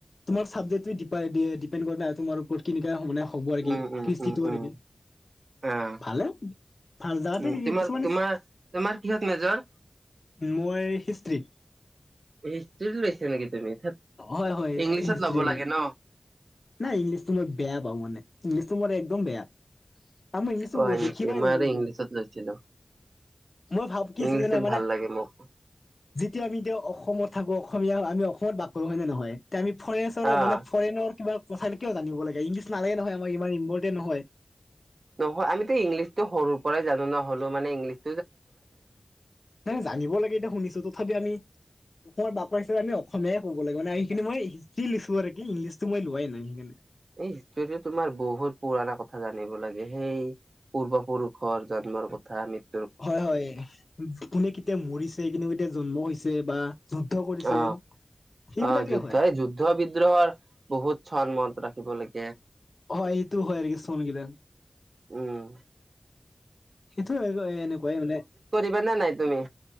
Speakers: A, on the left; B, on the right.
A: তোমাৰ চাবজেক্ট দ্বিপেন তোমাৰ ওপৰত কেনে মানে হ'ব আৰু কি
B: উম উম
A: কৃষ্টিটো
B: উম
A: আৰু
B: উম
A: কি
B: আহ
A: ভালে ভাল <unintelligible> যাৱাতে
B: উম তোমাৰ
A: কিছুমান
B: তোমাৰ তোমাৰ কিহত মেজৰ?
A: মই হিষ্ট্ৰিত
B: হিষ্ট্ৰ্ৰী লৈছা নেকি তুমি ধেৎ,
A: হয় হয়
B: ইংলিছত
A: হিষ্ট্ৰি
B: ল'ব
A: মই
B: লাগে ন?
A: নাই ইংলিছ তো মই বেয়া পাও মানে ইংলিছ তো মোৰ একদম বেয়া আৰু মই ইংলিছটো
B: অ হয়
A: দেখিবই
B: নেকি? মই
A: নোৱাৰো
B: আৰু
A: মানে।
B: ইংলিছত লৈছিলো।
A: মোৰ ভাব কি
B: ইংলিছত
A: আছে জানা মানে
B: ভাল লাগে মোক।
A: যেতিয়া আমি এতিয়া অসমত থাকো অসমীয়া আমি অসমত বাস কৰো হয় নে নহয় আমি ফৰেচৰ
B: আহ
A: মানে ফৰেনৰ কিবা কথ কিয় জানিব লাগে ইংলিছ নালাগে নহয় আম ইমান ইম্পৰ্টেণ্ নহয়।
B: নহয় আমিতো ইংলিছতটো সৰুৰ পৰাই জানো ন হলো মানে ইংলিছ
A: নাই নাই জানিব লাগে এইটো শুনিছো তথাপি আমি অসমৰ বাপ হিচাপে আমি অসমীয় কব লাগে মানে আমি সেই খিনি মই শিকি লৈছোঁ আৰু কি ইংলিছটো মই লোৱাই নাই সেইখিনি
B: এই হিষ্টটো তোমাৰ বহুত পুৰণা কথা জানিব লাগে সেই পূৰ্বপুৰুষৰ জ কথা আমি
A: হয় হয় কোনে কেতিয়া মৰিছে কোনে কেতিয়া জন্ম হৈছে বা যুদ্ধ কৰিছে
B: অ
A: সেইবিলাকে
B: অ যুদ্ধ
A: হয়
B: এই যুদ্ধ বিদ্ৰোহৰ বহুত চন মনত ৰাখিব লাগিব।
A: হয় এইটো হয় চন কেইটা।
B: উম
A: সেইটো এনেকুৱাই মানে
B: বনা নাই তুমি